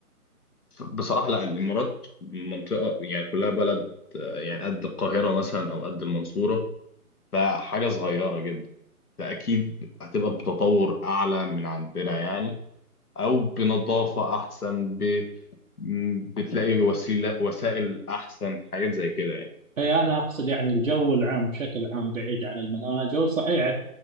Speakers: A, on the left (about 75°); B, on the right (about 55°).
A: بصراحة لا الإمارات منطقة يعني كلها بلد آه، يعني قد القاهرة مثلا أو قد المنصورة فحاجة صغيرة جدا فأكيد هتبقى بتطور أعلى من عندنا يعني أو بنظافة أحسن ب... م، بتلاقي وسيلة وسائل أحسن حاجات زي كده يعني
B: اي انا اقصد يعني الجو العام بشكل عام بعيد عن المناجم صحيح